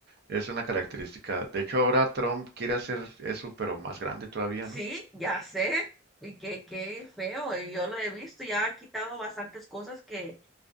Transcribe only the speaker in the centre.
Sí,
ya sé. Y qué, qué feo. y Yo lo he visto, ya ha quitado bastantes cosas que